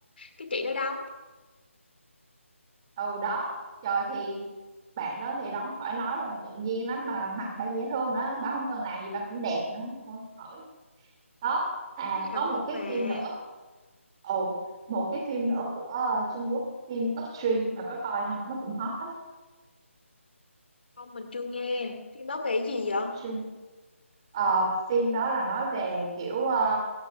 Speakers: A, on the left (about 50°); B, on the right (about 20°).
A: cái chị đó đóng
B: ừ đó trời thì bạn đó thì đóng khỏi nói rồi tự nhiên lắm mà mặt bà dễ thương nữa bà không cần làm gì bà cũng đẹp nữa thôi khỏi đó à
A: phim Hàn
B: có một
A: Quốc
B: cái
A: mà.
B: phim nữa ồ một cái phim nữa của ờ, Trung Quốc phim Upstream bà có coi không nó cũng hot lắm
A: Không mình chưa nghe. Phim đó về cái gì vậy?
B: Upstream Ờ, phim đó là nói về kiểu ờ,